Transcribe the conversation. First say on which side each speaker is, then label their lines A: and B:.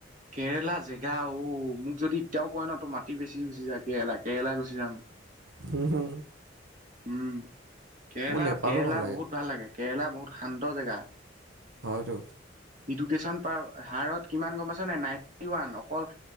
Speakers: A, on the right; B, on the right.
A: কেৰেলা জেগা অ' মোক যদি এতিয়াও কয় ন', তোৰ মাটি বেছি গুচি যায় কেৰেলা, কেৰেলা গুচি যাম।
B: হম, হু।
A: উম। কেৰেলা,
B: মোৰ নেপালো
A: কেৰেলা
B: ভাল
A: বহুত ভাল লাগে। কেৰেলা বহুত শান্ত জেগা।
B: হয়তো।
A: ইডুকেশ্যন পাৰ হাৰত কিমান গম পাইছ' নাই নাইনটি ওৱান। অকল